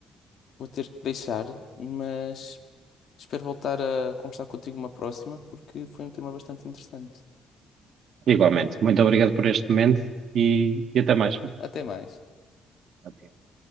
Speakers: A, on the left; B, on the right.
A: vou ter que deixar, mas espero voltar a conversar contigo uma próxima, porque foi um tema bastante interessante.
B: Igualmente. Muito obrigado por este momento e, e até mais.
A: Até mais.
B: Obrigado.